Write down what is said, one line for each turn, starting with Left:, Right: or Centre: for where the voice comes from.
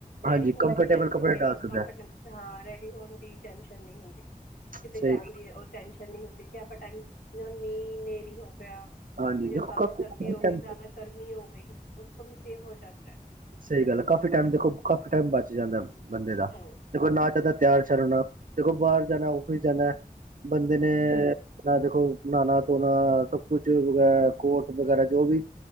Left: ਰੈਡੀ
Right: ਹਾਂਜੀ
Left: ਹੋਣ
Right: ਕੰਫਰਟੇਬਲ
Left: ਦੀ ਟੈਂਸ਼ਨ
Right: ਕੱਪੜੇ
Left: ਵੀ
Right: ਡਾਲ
Left: ਨਹੀਂ
Right: ਸਕਦਾ
Left: ਹਾਂ ਰੈਡੀ ਹੋਣ ਦੀ ਟੈਂਸ਼ਨ ਨਹੀਂ ਹੁੰਦੀ। ਕਿਤੇ
Right: ਸਹੀ
Left: ਜਾਣ ਦੀ ਓ ਟੈਨਸ਼ਨ ਨੀ ਹੁੰਦੀ ਕਿ ਆਪਾਂ ਟਾਈਮ ਮੀਂ ਨੇਰੀ ਹੋ ਪਿਆ
Right: ਹਾਂਜੀ
Left: ਜਾਂ
Right: ਦੇਖੋ
Left: ਜ਼ਾਦਾ ਸਰਦੀ ਓ, ਗਈ ਜ਼ਿਆਦਾ ਗਰਮੀ ਓ ਗਈ। ਉਸ ਤੋਂ ਵੀ ਸੇਵ ਹੋ ਜਾਂਦਾ।
Right: ਸਈ ਗੱਲ ਐ। ਕਾਫੀ ਟੈਮ ਦੇਖੋ ਕਾਫੀ ਟੈਮ ਬਚ ਜਾਂਦਾ ਬੰਦੇ ਦਾ।
Left: ਹੂੰ
Right: ਦੇਖੋ ਨਾ ਜਾਦਾ ਤਿਆਰ ਸ਼ਿਆਰ ਹੋਣਾ। ਦੇਖੋ ਬਾਰ ਜਾਣਾ ਔਫਿਸ ਜਾਣਾ ਬੰਦੇ
Left: ਹੂੰ
Right: ਨੇ ਅਪਣਾ ਦੇਖੋ ਨਾਣਾ ਧੋਣਾ ਕੁਛ ਵਗੈ ਕੋਟ ਵਗੈਰਾ ਜੋ ਵੀ